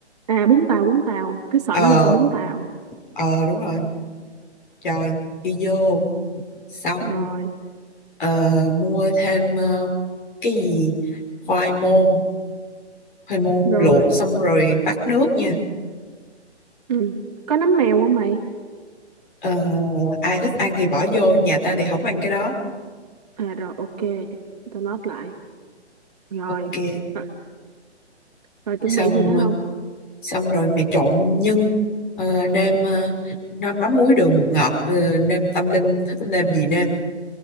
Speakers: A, on the right; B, on the left.
A: à bún tàu bún tàu cái sợi
B: Ờ,
A: đó là sợi bún tàu
B: ờ đúng rồi. Rồi đi vô xong
A: rồi
B: ờ, mua thêm ờ, cái gì khoai môn, khoai môn
A: rồi
B: luộc xong rồi vắt nước nha.
A: ừ có nấm mèo không mày
B: Ờ, ai thích ăn thì bỏ vô, nhà ta thì không ăn cái đó.
A: à rồi ok tao note lại rồi
B: Ok,
A: Ờ, Rồi chuẩn
B: xong
A: bị gì nữa
B: ờ,
A: không?
B: xong rồi mẹ trộn nhân ờ, nêm ờ, nó mắm muối đường bột ngọt ờ, nêm tâm linh thích nêm gì nêm